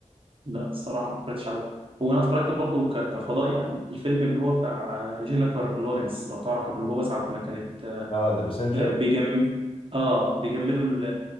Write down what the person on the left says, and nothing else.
اه ذا باسنجر